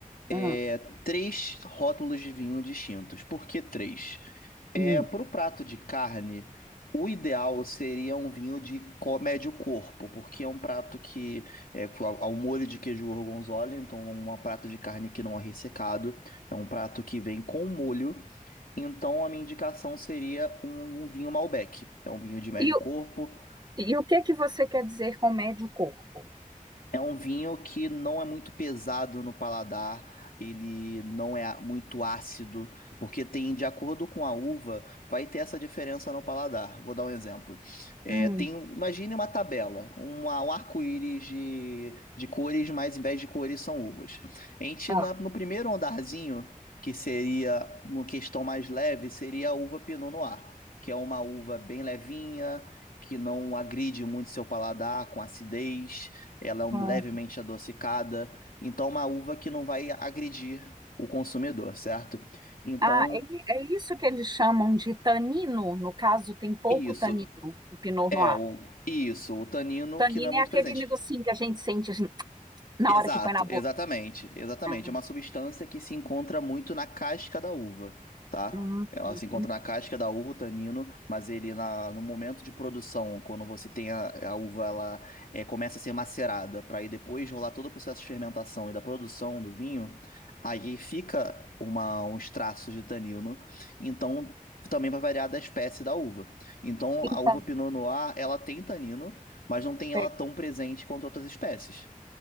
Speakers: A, on the right (about 30°); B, on the left (about 85°).
A: Hum,
B: é, três rótulos de vinho distintos. Por que três? É,
A: hum.
B: para o prato de carne, o ideal seria um vinho de co- médio corpo, porque é um prato que é ao ao molho de queijo gorgonzola, então é um prato de carne que não é ressecado, é um prato que vem com molho, então a minha indicação seria um, um vinho Malbec. É um vinho de médio
A: E,
B: corpo,
A: o- e o que que você quer dizer com médio corpo?
B: É um vinho que não é muito pesado no paladar, ele não é muito ácido, porque tem, de acordo com a uva, vai ter essa diferença no paladar. Vou dar um exemplo. É,
A: Hum,
B: tem, um, imagine uma tabela, uma- um arco-íris de, de cores, mas em vez de cores são uvas. A gente,
A: Ah,
B: na- no primeiro andarzinho, que seria uma questão mais leve, seria a uva Pinot Noir, que é uma uva bem levinha, que não agride muito seu paladar com acidez ela é um-
A: tá.
B: levemente adocicada, então é uma uva que não vai agredir o consumidor, certo? Então,
A: Ah, é, i- é isso que eles chamam de tanino. No caso, tem pouco
B: isso.
A: tanino, o Pinot
B: É,
A: Noir.
B: o, isso, o tanino
A: Tanino
B: que não é muito
A: é aquele
B: presente.
A: negocinho que a gente sente Na
B: Exato,
A: hora que põe na
B: exatamente,
A: boca.
B: exatamente.
A: Ah,
B: É uma substância que se encontra muito na casca da uva, tá?
A: hum,
B: Ela
A: entendi.
B: se encontra na casca da uva, o tanino, mas ele na, no momento de produção, quando você tem a, a uva, ela é, começa a ser macerada, para aí depois rolar todo o processo de fermentação e da produção do vinho, aí fica uma, uns traços de tanino, então também vai variar da espécie da uva. Então
A: Então,
B: a uva Pinot Noir, ela tem tanino, mas não tem ela
A: tem.
B: tão presente quanto outras espécies.